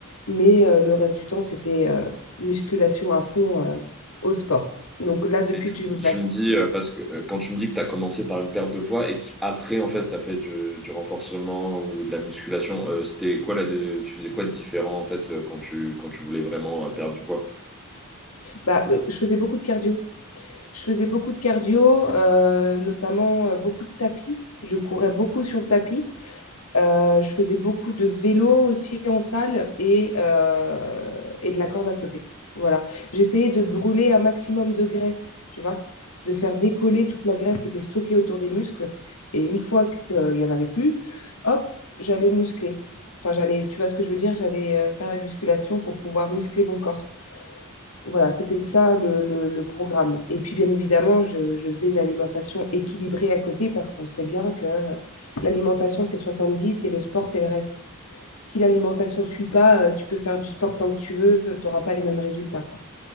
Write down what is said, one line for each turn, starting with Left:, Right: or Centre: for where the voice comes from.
Left: mais euh, le reste du temps, c'était euh, musculation à fond euh, au sport. Donc là, depuis
Centre: Et du
Left: que
Centre: coup,
Left: j'ai
Centre: quand
Left: eu ma
Centre: tu
Left: fille,
Centre: me dis, euh, parce que euh, quand tu me dis que tu as commencé par une perte de poids et qu'après, en fait, tu as fait du, du renforcement ou de la musculation, euh, c'était quoi là, tu faisais quoi de différent en fait euh, quand tu, quand tu voulais vraiment euh, perdre du poids?
Left: bah, euh, je faisais beaucoup de cardio. Je faisais beaucoup de cardio, euh, notamment euh, beaucoup de tapis. Je courais beaucoup sur le tapis. Euh, je faisais beaucoup de vélo aussi en salle et, euh, et de la corde à sauter. Voilà. J'essayais de brûler un maximum de graisse, tu vois, de faire décoller toute la graisse qui était stockée autour des muscles. Et une fois qu'il n'y en avait plus, hop, j'allais muscler. Enfin, j'allais, tu vois ce que je veux dire, j'allais euh, faire la musculation pour pouvoir muscler mon corps. Voilà, c'était ça le, le- le programme. Et puis, bien évidemment, je, je faisais une alimentation équilibrée à côté parce qu'on sait bien que euh, l'alimentation, c'est 70 et le sport, c'est le reste. Si l'alimentation ne suit pas, euh, tu peux faire du sport tant que tu veux, tu n'auras pas les mêmes résultats, quoi.